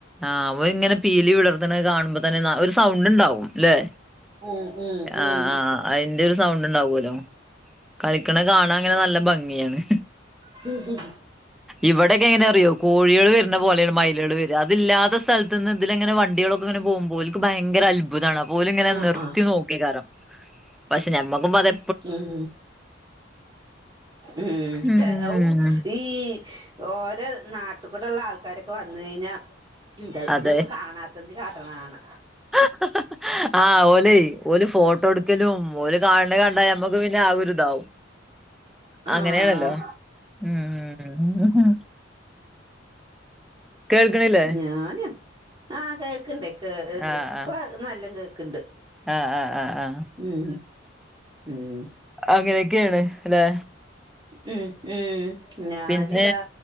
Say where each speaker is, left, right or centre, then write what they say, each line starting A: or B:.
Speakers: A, in the centre; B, on the right.
A: ആഹ് ഓര് ഇങ്ങനെ പീലി വിടർത്ത്ണത് കാണുമ്പ തന്നെ ഒരു സൗണ്ട് ഉണ്ടാവും അല്ലെ
B: ഉം ഉം
A: ആ
B: ഉം
A: ആ അയിന്റെ ഒരു സൗണ്ട് ഉണ്ടാവോലോ കളിക്ക്ണ കാണാൻ ഇങ്ങനെ നല്ല ഭംഗിയാണ്
B: ഹി ഹി ഹി
A: ഇവിടെക്കെ എങ്ങനെ അറിയോ കോഴികള് വര്ന്ന പോലേണ് മൈലേള് വര് അതില്ലാതെ സ്ഥലത്ത്ന്ന് ഇതിലെങ്ങെനെ വണ്ട കുട്ടികളൊക്കെ ഇങ്ങെനെ പോവുമ്പോ ഓൽക്ക് ഭയങ്കര അത്ഭുതാണ് അപ്പോലിങ്ങനെ
B: ആഹ്
A: നിർത്തി
B: ആഹ്
A: നോ <unintelligible> പക്ഷെ നമ്മക്കും ഇപ്പ അതെ
B: ഉം ഉം
A: ഉം
B: ത ഔ ഈ ഓരെ നാട്ട് കൂടെള്ള ആൾക്കാര് ഇപ്പ വന്ന കഴിഞ്ഞാ ഉം ചെൽ
A: അതെ
B: ഇതൊന്നും കാണാത്തതിന് കാട്ടണതാണ്
A: ആഹ് ഹഹഹ ആ ഓലെ ഓല് ഫോട്ടോ എടുക്കലും ഓല് കാണ് ണ കണ്ടാ നമ്മക്ക് പിന്നെ ആ ഒര് ഇതാവും
B: ആഹ്
A: അങ്ങനെയാണല്ലേ ഉം ഉം ഉം ഹു ഹും കേൾക്കണില്ലേ
B: ഞാന് ആഹ് കേക്ക്ണ്ട് കേ
A: ആഹ്
B: ഇപ്പ
A: ആഹ്
B: നല്ലം കേക്ക്ണ്ട്
A: ആഹ് ആഹ് ആഹ് ആഹ്
B: ഉം. ഹും ഉം
A: അങ്ങനെയൊക്കെയാണ് അല്ലെ
B: ഉ ഉം ഞാനിതാ
A: പിന്നെ